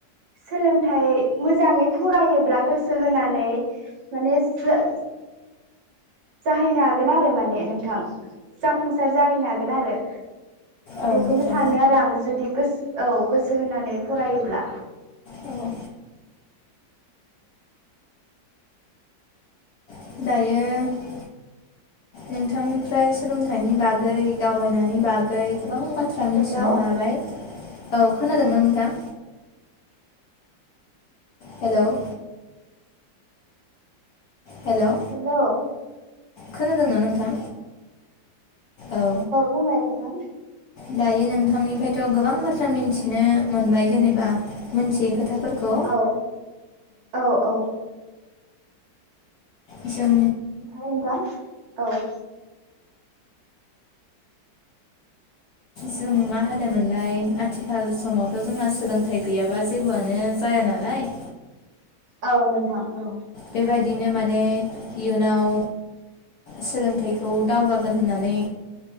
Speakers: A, on the right; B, on the left.
A: सोलोंथाइ मोजाङै फरायोब्ला गोसो होनानै माने जो जाहैनो हागोन आरो माने नोंथां जाफुंसार जाहैनो हागोन आरो
B: औ
A: बेखौनो
B: नोंथां
A: सानो आरो आं जुदि गोसो औ गोसो होनानै फरायोब्ला
B: औ दायो नोंथांनिफ्राय सोलोंथाइनि बागै दावबायनायनि बागै गोबां बाथ्रा बाथ्रा मिथिनो
A: हेलौ
B: हाबाय औ खोनादोंमोन नोंथां हेल' हेल'
A: हेलौ
B: खोनादोंना नोंथां औ
A: बुंलाय नोंथां
B: दायो नोंथांनिफ्रायथ' गोबां बाथ्रा मिन्थिनो मोनबाय जेनेबा मोनथियै खोथाफोरखौ
A: औ औ औ
B: जों
A: ओमफ्राय नोंथां औ
B: जों मा होनोमोनलाय आथिखाल समावथ' जोंना सोलोंथाइ गैयाबा जेबोआनो सायानाल
A: औ नोंथां औ
B: बेबायदिनो माने इयुनाव सोलोंथाइखौ दावगागोन होननानै